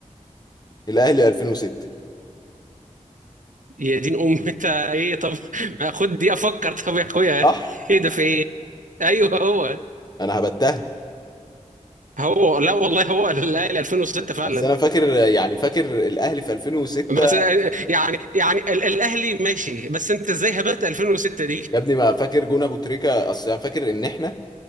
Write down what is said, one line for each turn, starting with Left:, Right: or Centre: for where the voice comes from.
Left: الاهلي 2006
Right: يا دين ام انت ايه طب <laughs> ما خد دي افكر طب يا اخويا
Left: صح
Right: ايه ده في ايه ايوه هو
Left: انا هبتها
Right: هو لا والله هو الاهلي 2006 فعلا
Left: بس انا فاكر يعني فاكر الاهلي في 2006
Right: بس يعني يعني ال- الاهلي ماشي بس انت ازاي هبت 2006 دي
Left: يا ابني ما فاكر جون ابو تريكة اصل انا فاكر ان احنا